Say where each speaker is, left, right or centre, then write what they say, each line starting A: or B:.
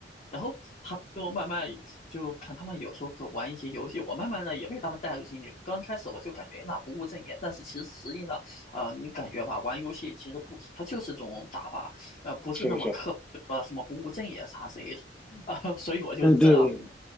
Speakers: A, on the left; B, in the centre.
A: 然后他们就慢慢就看他们有时候可玩一些游戏，我慢慢的也被他们带入进去。刚开始我就感觉那不务正业，但是其实实际上，呃，你感觉吧，玩游戏其实不，它就是种打法，呃，不是那么刻呃什么不务正业啥之类的啊、
B: 是是是，
A: <laughs> 所以我就这样，
B: 嗯对对